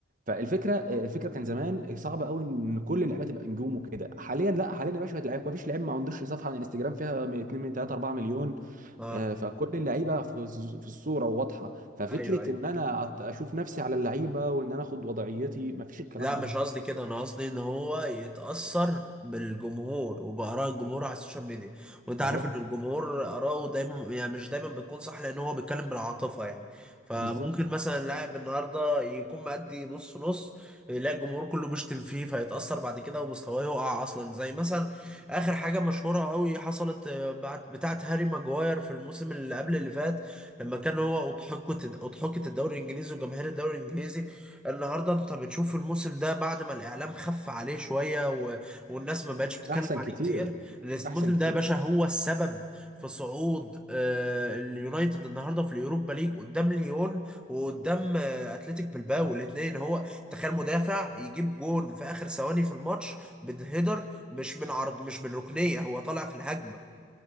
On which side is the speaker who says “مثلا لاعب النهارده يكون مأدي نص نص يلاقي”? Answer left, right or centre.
Centre